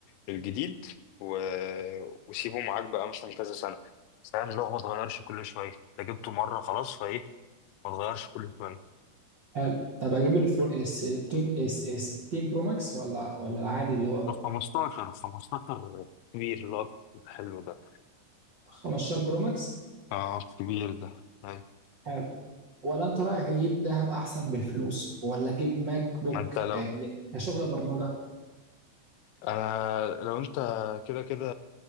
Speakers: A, on the left (about 85°); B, on the right (about 45°).
A: الجديد و... وسيبه معاك بقى مثلا كذا سنة فاهم اللي هو ما تغيرش كل شوية انت جبته مرة خلاص فايه ما تغيرش كل شوية
B: حلو طب اجيب ال 14 ال 16 ال 16 برو ماكس ولا ولا العادي اللي هو
A: ال 15 15 كبير اللي هو الحلو ده
B: 15 برو ماكس
A: اه كبير ده أيوة.
B: حلو ولا انت رايك اجيب ذهب احسن بالفلوس ولا اجيب ماك بوك
A: ما انت لو
B: آه، ل- كشغل برمجه
A: انا لو انت كده كده